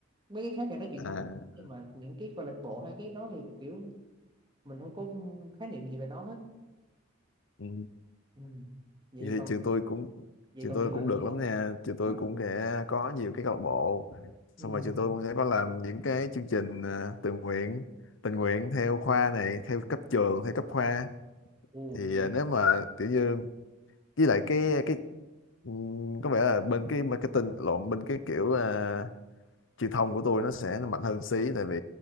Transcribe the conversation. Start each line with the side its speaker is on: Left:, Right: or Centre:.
Right: mấy cái khác thì nó truyền
Left: à
Right: thông mạnh nhưng mà những cái câu lạc bộ hay cái đó thì kiểu mình không có khái niệm gì về nó hết
Left: ừ.
Right: ừ. vậy
Left: vậy thì
Right: còn
Left: trường tôi cũng
Right: vậy
Left: trường
Right: còn
Left: tôi
Right: trường
Left: cũng
Right: đó
Left: được
Right: thì
Left: lắm
Right: sao?
Left: nha trường tôi
Right: Ờ.
Left: cũng sẽ có nhiều cái câu lạc bộ
Right: ừ.
Left: xong rồi trường tôi cũng sẽ có làm những cái chương trình à, tình nguyện tình nguyện theo khoa này theo cấp trường theo cấp khoa
Right: Ừ.
Left: thì
Right: Vậy,
Left: à, nếu mà kiểu như với lại cái cái ừm, có vẻ là bên cái marketing lộn bên cái kiểu à, truyền thông của tôi nó sẽ mạnh hơn xí tại vì